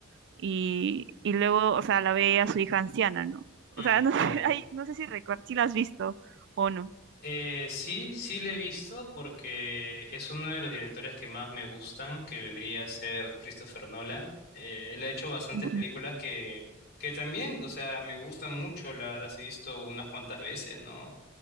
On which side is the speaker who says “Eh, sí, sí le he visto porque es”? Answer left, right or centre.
Left